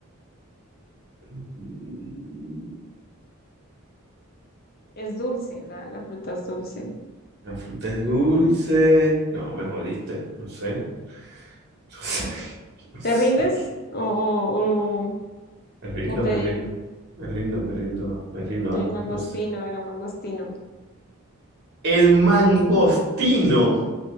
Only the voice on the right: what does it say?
mm,
La fruta es dulce. No, me jodiste. No sé. <laughs> No sé. No sé
qué-
Me rindo,
me rindo. Me rindo, me rindo. Me rindo,
Ana.
No sé.
El mangostino.